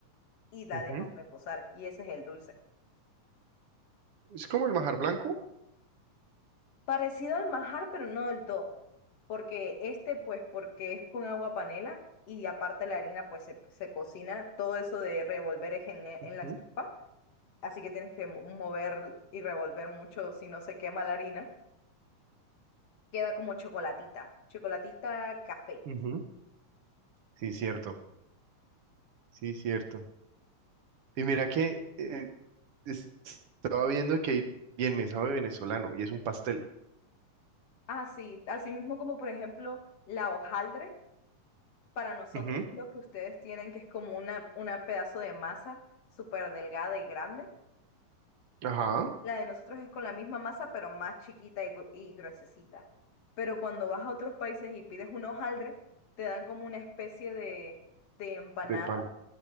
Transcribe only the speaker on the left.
y la
dejas reposar y ese es el dulce.
Parecido al majar, pero no del todo. Porque este, pues, porque es con agua panela y aparte la harina, pues, se, se cocina. Todo eso de revolver es en la,
en la estufa. Así que tienes que mo- mover y revolver mucho si no se quema la harina. Queda como chocolatita. Chocolatita café.
ah sí así mismo como, por ejemplo, la hojaldre. Para nosotros
es lo que ustedes tienen, que es como una, una pedazo de masa súper delgada y grande
La de nosotros es con la misma masa, pero más chiquita y, gru- y gruesecita. Pero cuando vas a otros países y pides un hojaldre, te dan como una especie de, de empanada